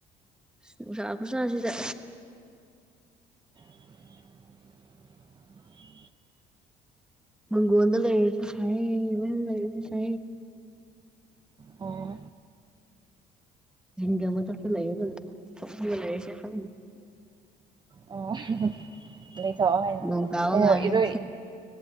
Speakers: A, in the centre; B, on the right (about 25°).
A: ꯅꯨꯡꯁꯥ ꯈꯨꯁꯥꯁꯤꯗ
B: <unintelligible>
A: ꯃꯪꯒꯗ ꯂꯩꯔ ꯁ ꯂꯩꯔ ꯁ
B: ꯑꯣ
A: ꯒ ꯑꯃ ꯊ ꯂꯩꯒ ꯂꯩꯁꯦ ꯐ
B: ꯑꯣ ꯂꯩꯊꯣꯛꯑꯣ ꯀꯩꯅꯣ
A: ꯅꯣꯡ ꯇꯥꯕ
B: ꯀꯩꯅꯣ
A: ꯉꯥꯏꯔꯦ
B: ꯏꯔꯣꯏ